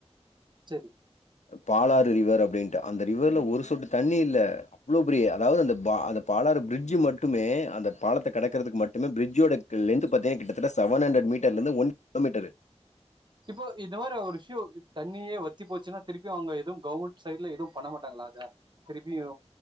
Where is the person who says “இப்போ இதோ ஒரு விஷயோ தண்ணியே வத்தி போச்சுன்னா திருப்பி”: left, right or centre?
Right